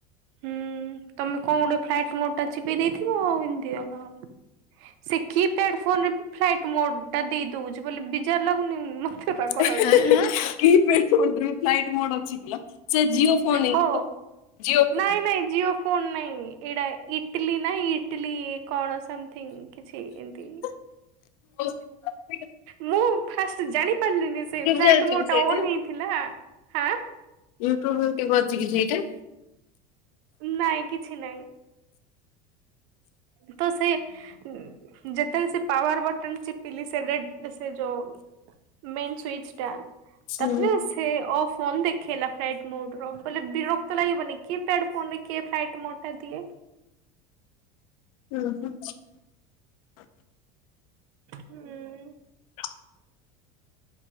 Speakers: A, on the right; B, on the left.
A: ହୁଁ ତମେ କଣ ଗୋଟେ ଫ୍ଲାଇଟ୍ ମୋରଟା ଚିପି ଦେଇଥିବ ଆଉ ଏତି <unintelligible> ସେକିପ୍ୟାଡ଼ ଫୋନରେବି ଫ୍ଲାଇଟ୍ ମୋଡ଼ଟା ଦେଇଦଉଚି ବୋଲି ବିଜାର ଲାଗୁନି ମତେ ରାଗ
B: <unintelligible>
A: ଲାଗୁଛି।
B: କି ପେଡ଼ ଫୋନ୍ ରେ <unintelligible> ଫ୍ଲାଇଟ୍ ମୋଡ୍ ଅଛି କିଲୋ ସେ ଜିଓ ଫୋନ ହେଇଥିବ
A: ହ
B: ଜିଓ ଫୋନ।
A: ନାଇଁ ନାଇଁ ଜିଓ ଫୋନ୍ ନାଇଁ ଏଇଟା ଇଟିଲିନା ଇଟିଲି କଣ ସେମ୍ ଥିଙ୍ଗ୍ କିଛି ଏମତି
B: <inaudible>
A: ମୁଁ ଫାଷ୍ଟ ଜାଣି ପାରିଲିନି ସେ ଫ୍ଲାଇଟ
B: ଚାଲିଛି
A: ମୋଡ୍
B: କି ସେଇଟା
A: ଟା ଅନ୍ ହେଇଥିଲା ଆଁ।
B: ୟୁଟ୍ୟୁବରେ <unintelligible> ସେଇଟା।
A: ନାଇଁ କିଛି ନାଇଁ। ତ ସେ ଯେତେବେଳେ ସେପାୱାର ବଟନ୍ ଚିପି ପିଲି ସେରେ ସେଯୋଉ ମେନ୍ ସୁୟିଜଟା
B: ହୁଁ
A: ତାପରେ ସେ ଅଫ୍ ଫୋନ୍ ଦେଖେଇଲା ଫ୍ଲାଇଟ୍ ମୋଡ୍ ର ବଲେ ବିରକ୍ତ ଲାଗିବନି କିଏ ପ୍ୟାଡ଼ କିଏ ଫ୍ଲାଇଟ୍ ମୋଡ୍ ଟା ଦିଏ।
B: ଉଁ ହୁଁ। <inaudible>
A: ହୁଁ